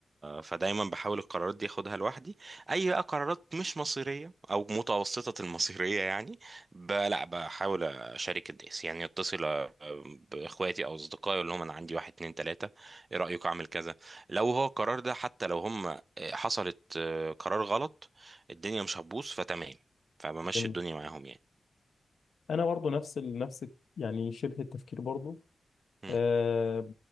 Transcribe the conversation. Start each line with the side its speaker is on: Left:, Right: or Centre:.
Right: فدايما بحاول القرارات دي اخدها لوحدي اي بقى قرارات مش مصيريه او متوسطه المصيريه يعني ب... لا بحاول اشارك الناس يعني اتصل باخواتي او اصدقائي اقول لهم انا عندي واحد اتنين تلاته ايه رايك اعمل كذا لو هو القرار ده حتى لو هم آه، حصلت آه، قرار غلط الدنيا مش هتبوظ فتمام فبمشي
Left: جميل
Right: الدنيا معاهم يعني
Left: انا برضو نفس ال... نفس يعني شبه التفكير برضو
Right: مم.
Left: أه